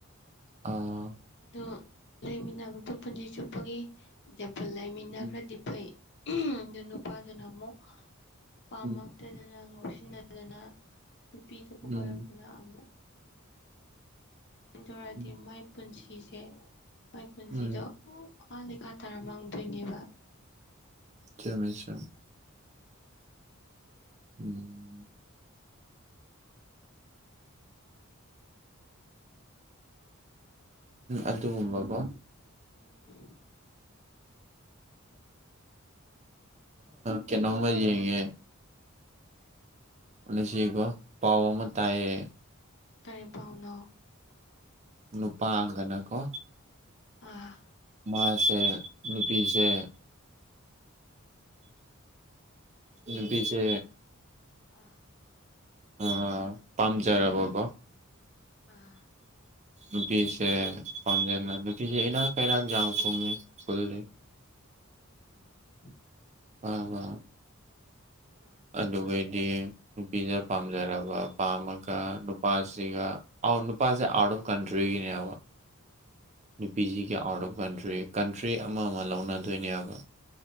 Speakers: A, on the right; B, on the left.
A: ꯑꯣ
B: ꯑꯗꯨ ꯂꯩꯃꯤꯟꯅꯕꯗ ꯄꯨꯟꯁꯤ ꯆꯨꯞꯄꯒ ꯄꯨ ꯂꯩꯃꯤꯟꯅꯈ꯭ꯔꯗꯤ
A: ꯎꯝ
B: ꯐꯩ ꯑꯗꯨ ꯅꯨꯄꯥꯗꯨꯅ ꯑꯃꯨꯛ ꯄꯥꯝꯃꯛꯇꯗꯅ
A: ꯎꯝ
B: ꯑꯉꯥꯡ ꯉ ꯂꯧꯁꯤꯟꯅꯗꯅ ꯅꯨꯄꯤꯇꯕꯨ
A: ꯎꯝ
B: ꯄꯔꯛꯇꯅ ꯑꯃꯨꯛ ꯇꯧꯔꯗꯤ
A: ꯎꯝ
B: ꯃꯥꯏ ꯄꯨꯟꯁꯤꯁꯦ ꯃꯣꯏ ꯄꯨꯟꯁꯤꯗꯣ
A: ꯎꯝ
B: ꯑꯥ ꯂꯩꯈꯥ ꯇꯥꯔ ꯃꯥꯡꯗꯣꯏꯅꯦꯕ
A: ꯆꯃꯦꯃꯦꯁꯝ ꯎꯝ ꯑꯗꯨꯒꯨꯝꯕꯀꯣ
B: ꯎꯝ
A: ꯀ ꯅꯣꯡꯃꯗꯤꯉꯦ
B: ꯎꯝ
A: ꯑꯗꯨꯁꯤꯒꯣ ꯄꯥꯎ ꯑꯃ ꯇꯥꯏꯌꯦ
B: ꯀꯔꯤꯄꯥꯎꯅꯣ
A: ꯅꯨꯄꯥꯒꯅꯀꯣ
B: ꯑ
A: ꯃꯥꯁꯦ ꯅꯨꯄꯤꯁꯦ ꯅꯨꯄꯤꯁꯦ
B: ꯑ
A: ꯑꯥ ꯄꯥꯝꯖꯔꯕꯀꯣ
B: ꯑ
A: ꯅꯨꯄꯤꯁꯦ ꯄꯥꯝꯖꯅ ꯅꯨꯄꯤꯁꯦ ꯏꯅꯥꯛ ꯀꯩꯔꯥꯛ ꯌꯥꯎ ꯀꯨꯝꯃꯤ ꯁ꯭ꯀꯨꯜꯜꯂꯤ
B: ꯎꯝ
A: ꯑ ꯋꯥ
B: ꯑꯥ
A: ꯑꯗꯨꯩꯗꯤ ꯅꯨꯄꯤꯗ ꯄꯥꯝꯖꯔꯕ ꯄꯥꯝꯃꯒ ꯅꯨꯄꯥꯁꯤꯒ ꯑ ꯅꯨꯄꯥꯥꯁꯦ ꯑꯥꯎꯠ ꯑꯣꯐ ꯀꯟꯇ꯭ꯔꯤꯒꯤꯅꯦ ꯍꯥꯏꯕ
B: ꯎꯝ
A: ꯅꯨꯄꯤꯁꯤꯒꯤ ꯑꯥꯎꯠ ꯑꯣꯐ ꯀꯟꯇ꯭ꯔꯤ ꯀꯟꯇ꯭ꯔꯤ ꯑꯃ ꯑꯃ ꯂꯧꯅꯗꯣꯏꯅꯦꯕ